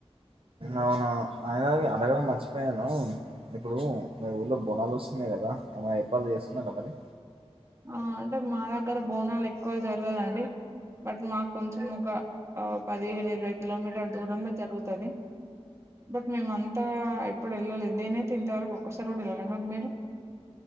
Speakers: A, on the right; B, on the right.
A: అవును అయన అడగడం మర్చిపోయాను ఇప్పుడు మీ ఊర్లో బోనాల్ వస్తున్నాయి కదా అ ఎప్పాలు చేస్తున్నారా మరి
B: ఆ అంటే మా దగ్గర బోనాలు ఎక్కువ జరగదండి బట్ మాకు కొంచెం ఒక పదిహేను ఇరవై కిలోమీటర్ దూరంలో జరుగుతది బట్ మేమంతా ప్పుడెళ్ళలేదు నేనైతే ఇంతవరకు ఒక్కసారి కూడా వెళ్ళలే మరి మీరు